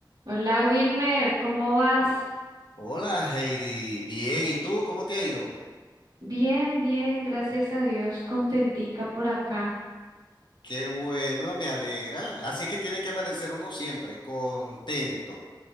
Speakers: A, on the right; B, on the left.
A: Hola Wilmer, ¿cómo vas?
B: Hola Heidi, bien, ¿y tú cómo te ha ido?
A: Bien, bien, gracias a Dios, contentica por acá.
B: Qué bueno, me alegra. Así es que tiene que amanecer uno siempre, contento.